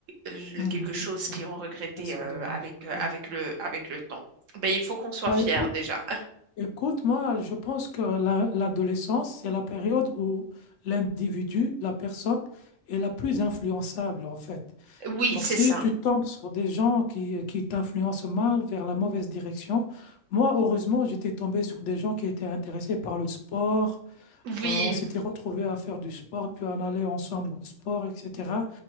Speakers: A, on the right (about 75°); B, on the left (about 70°).
A: euh,
B: Mhm.
A: quelque chose
B: Mhm.
A: qu'ils ont regretté
B: Ouais, C'est
A: euh,
B: dommage.
A: avec, euh,
B: Ouais.
A: avec le, avec le temps. Ben, il faut qu'on soit
B: Bah
A: fier
B: écoute,
A: déjà. <laughs>
B: Écoute, moi, je pense que la- l'adolescence, c'est la période où l'individu, la personne, est la plus influençable, en fait.
A: Oui,
B: Donc,
A: c'est
B: si
A: ça.
B: tu tombes sur des gens qui, qui t'influencent mal vers la mauvaise direction, moi, heureusement, j'étais tombé sur des gens qui étaient intéressés par le sport,
A: Oui.
B: euh, on s'était retrouvés à faire du sport, puis on allait ensemble au sport, etc.